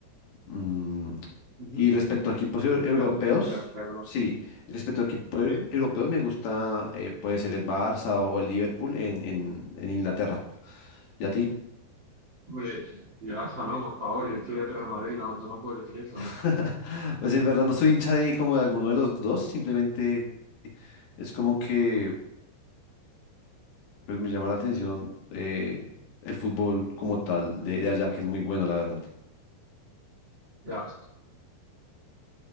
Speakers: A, on the left; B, on the right.
A: Mm,
B: ujú.
A: y respecto a equipos eu- europeos,
B: Claro, sí, sí, la, la conozco.
A: sí, respecto a equipos eu-
B: Sí.
A: europeos me gusta, eh, puede ser el Barça o el Liverpool en, en, en Inglaterra. ¿Y a ti?
B: Hombre, y el Barça no, por favor, yo estoy de Real Madrid, no, no me puedo decir eso.
A: <laughs> Pues en verdad no soy hincha de como de alguno de los dos, simplemente es como que... Pues me llama la atención eh, el fútbol como tal de, de allá, que es muy bueno, la verdad.
B: Ya,